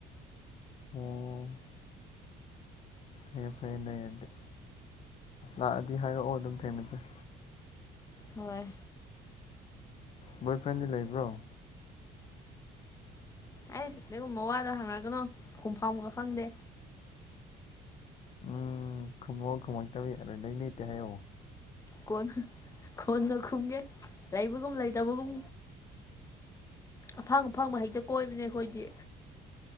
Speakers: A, on the left; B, on the left.
A: ꯑꯣ ꯐꯌꯦꯦ ꯐꯔꯦ ꯂꯩꯔꯗꯤ ꯂꯥꯛꯑꯗꯤ ꯍꯥꯏꯔꯛꯑꯣ ꯑꯗꯨꯝ ꯊꯦꯡꯅꯖꯩ
B: ꯍꯣꯏ
A: ꯕꯣꯏ ꯐ꯭ꯔꯦꯟꯗꯤ ꯂꯩꯕ꯭ꯔꯣ
B: ꯑꯩꯁ ꯀꯩꯒꯨꯝꯕ ꯋꯥꯗ ꯍꯪꯅꯛꯒꯅꯣ ꯈꯣꯡ ꯐꯥꯝꯃꯒ ꯈꯪꯗꯦ
A: ꯎꯝ ꯈꯨꯝꯃꯣꯛ ꯈꯨꯝꯃꯣꯛꯇꯕ ꯌꯥꯔꯣꯏ ꯂꯩꯩ ꯂꯩꯇꯦ ꯍꯥꯏꯌꯛꯑꯣ
B: ꯀꯣꯟꯅ ꯀꯣꯟꯅ ꯈꯨꯝꯒꯦ ꯂꯩꯕꯒꯨꯝ ꯂꯩꯇꯕꯒꯨꯝ ꯑꯐꯪ ꯑꯐꯪꯕ ꯍꯦꯛꯇ ꯀꯣꯏꯕꯅꯦ ꯑꯩꯈꯣꯏꯗꯤ